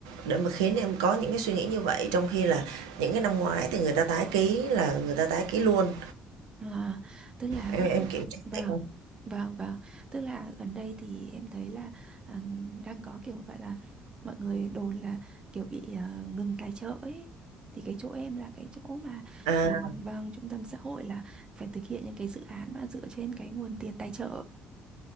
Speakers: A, on the right (about 70°); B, on the right (about 30°).
A: để mà khiến em có những cái suy nghĩ như vậy trong khi là những cái năm ngoái thì người ta tái ký là người ta tái ký luôn
B: À, tức là
A: em
B: ừ,
A: em kiểm tra
B: vâng
A: lại không?
B: vâng vâng tức là gần đây thì em thấy là à, đang có kiểu gọi là mọi người đồn là kiểu bị à, ngừng tài trợ ấy thì cái chỗ em là cái chỗ mà
A: à
B: à, vâng trung tâm xã hội là phải thực hiện những cái dự án mà dựa trên cái nguồn tiền tài trợ